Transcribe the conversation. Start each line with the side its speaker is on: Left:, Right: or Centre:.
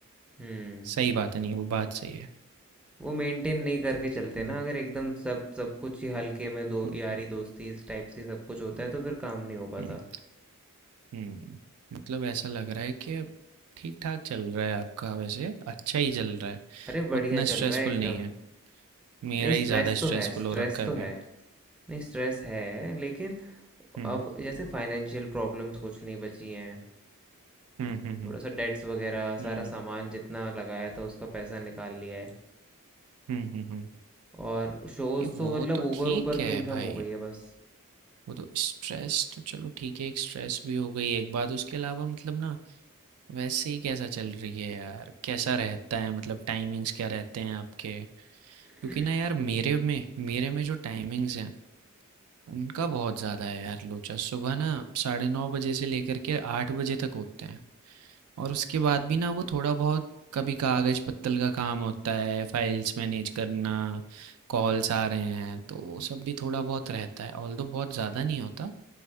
Centre: हम्म
Right: सही बात है नहीं वो बात सही है
Centre: वो मेंटेन नहीं करके चलते
Right: हम्म
Centre: ना अगर एकदम सब सब कुछ ही हल्के में दो
Right: हम्म
Centre: यारी
Right: हम्म
Centre: दोस्ती इस टाइप से सब कुछ होता
Right: हम्म,
Centre: है तो फिर काम नहीं हो पाता
Right: हम्म। हम्म मतलब ऐसा लग रहा है कि ठीक ठाक चल रहा है आपका वैसे अच्छा ही चल रहा है
Centre: अरे बढ़िया
Right: उतना
Centre: चल
Right: स्ट्रेसफुल
Centre: रहा है एकदम
Right: नहीं है मेरा
Centre: नहीं स्ट्रेस
Right: ही ज़्यादा
Centre: तो
Right: स्ट्रेसफुल
Centre: है स्ट्रेस
Right: हो रखा है
Centre: तो
Right: अभी
Centre: है नहीं स्ट्रेस है लेकिन
Right: हम्म
Centre: अब जैसे फाइनेंशियल प्रॉब्लम्स कुछ नहीं बची हैं
Right: हम्म हम्म
Centre: थोड़ा सा डेट्स वगैरह
Right: हम्म
Centre: सारा
Right: हम्म
Centre: सामान जितना लगाया था उसका पैसा निकाल लिया है
Right: हम्म हम्म, हम्म।
Centre: और शोज़
Right: ये
Centre: तो
Right: वो
Centre: मतलब
Right: तो
Centre: ऊपर
Right: ठीक
Centre: ऊपर
Right: है
Centre: की इनकम
Right: भाई
Centre: हो गई है बस
Right: वो तो स्ट्रेस तो चलो ठीक है एक स्ट्रेस भी हो गई एक बात उसके अलावा मतलब ना वैसे ही कैसा चल रही है यार कैसा रहता है मतलब टाइमिंग्स क्या रहते हैं आपके
Centre: <clears throat>
Right: क्योंकि ना यार मेरे में मेरे में जो टाइमिंग्स हैं उनका बहुत ज़्यादा है यार लोचा सुबह ना साढ़े नौ बजे से लेकर के आठ बजे तक होते हैं और उसके बाद भी ना वो थोड़ा बहुत कभी कागज पत्तल का काम होता है फाइल्स मैनेज करना कॉल्स आ रहे हैं तो वो सब भी थोड़ा बहुत रहता है ऑल्दो बहुत ज़्यादा नहीं होता